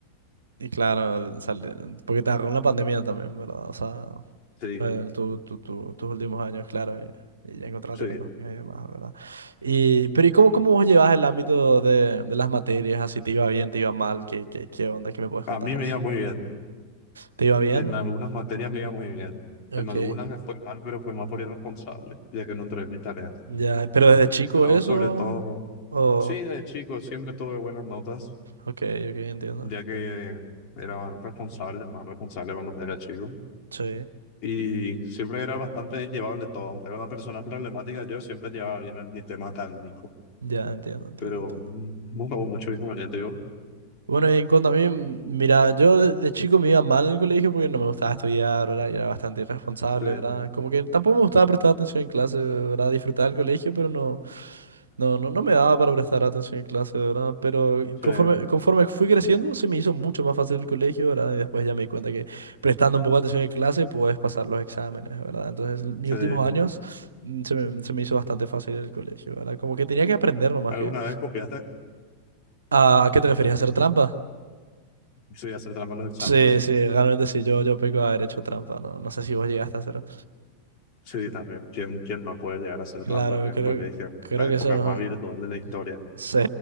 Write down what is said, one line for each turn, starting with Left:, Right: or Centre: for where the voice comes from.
Right: Y claro, sale- porque te agarró la pandemia también, ¿verdad? O sea,
Left: Sí.
Right: eh, tu- tu- tu- tus últimos años, claro, y, y ya encontrarte
Left: Sí,
Right: con tus amigos y demás, ¿verdad? Y, pero ¿y cómo, cómo vos llevas el ámbito de, de las materias? Así, ¿te iba bien, te iba mal? ¿Qué, qué, qué onda? ¿Qué me puedes
Left: A
Right: contar
Left: mí
Right: de
Left: me
Right: eso?
Left: iba muy bien.
Right: ¿Te iba bien?
Left: En algunas materias me iba muy bien.
Right: Ok.
Left: En algunas me fue mal, pero fue más por irresponsable, ya que no entregué mis tareas.
Right: Ya, pero desde chico
Left: Pero
Right: eso.
Left: sobre todo,
Right: Oh,
Left: sí, de chico siempre tuve buenas notas,
Right: ok, ok, entiendo.
Left: ya que era responsable, más responsable cuando era chico.
Right: Sí,
Left: Y siempre era bastante llevable todo. Aunque era una persona problemática, yo siempre llevaba bien el, mi tema académico.
Right: ya entiendo, entiendo,
Left: Pero
Right: entiendo.
Left: mm, nunca hubo mucho inconveniente. Yo,
Right: Bueno, y en cuanto a mí, mm, mira, yo de de chico me iba mal en el colegio porque no me gustaba estudiar, ¿verdad? Y era bastante irresponsable,
Left: Sí,
Right: ¿verdad? Como que tampoco me gustaba prestar atención en clase, ¿verdad? Disfrutaba el colegio, pero no, no, no, no me daba para prestar atención en clase, ¿verdad? Pero
Left: sí,
Right: conforme, conforme fui creciendo, se me hizo mucho más fácil el colegio, ¿verdad? Y después ya me di cuenta que prestando un poco de atención en clase puedes pasar los exámenes, ¿verdad? Entonces, l- mis
Left: sí.
Right: últimos años mm, se me, se me hizo bastante fácil el colegio, ¿verdad? Como que tenía que aprender nomás
Left: ¿Alguna
Right: que...
Left: vez copiaste?
Right: ¿A qué te referías? ¿A hacer trampa?
Left: Sí, hacer trampa en los exámenes.
Right: Sí, sí, realmente sí, yo, yo peco de haber hecho trampa, no, no sé si vos llegaste a hacerlo.
Left: Sí, también. ¿Quién, quién no puede llegar a hacer
Right: Claro,
Left: trampa en el
Right: creo,
Left: colegio?
Right: creo
Left: La
Right: que
Left: época
Right: eso,
Left: más virtual de la historia.
Right: sí,